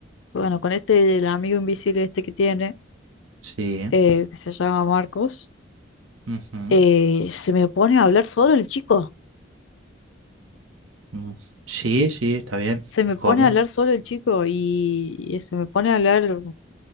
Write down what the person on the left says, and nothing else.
bueno, con este, el amigo invisible este que tiene,
eh, que se llama Marcos
eh, se me pone a hablar solo el chico,
se me
pone
a hablar solo el chico y, y se me pone a hablar